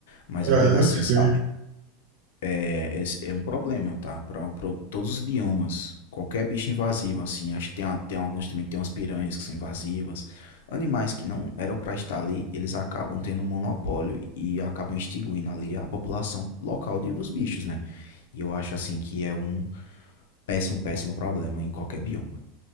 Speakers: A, on the left; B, on the right.
A: Mas
B: É,
A: eu digo assim,
B: eu sei.
A: sabe? É, esse é um problema, tá? Para todos os biomas. Qualquer bicho invasivo, assim. Acho que tem, a- tem alguns também que tem umas piranhas que são invasivas. Animais que não eram para estar ali, eles acabam tendo um monopólio e acabam extinguindo ali a população local de, dos bichos, né? E eu acho, assim, que é um péssimo, péssimo problema em qualquer bioma.